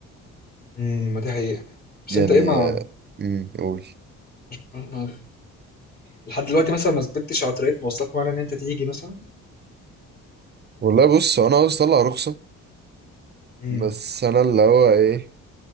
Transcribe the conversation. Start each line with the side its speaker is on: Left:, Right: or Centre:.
Left: <laughs> امم ما دي حقيقة بس
Right: يعني
Left: انت ايه ما
Right: آه، امم قول
Left: ما- ما- لحد دلوقتي مثلا ما ثبتتش على طريقة مواصلات معينة ان انت تيجي مثلا
Right: والله بص هو انا عاوز اطلع رخصة
Left: امم
Right: بس انا اللي هو ايه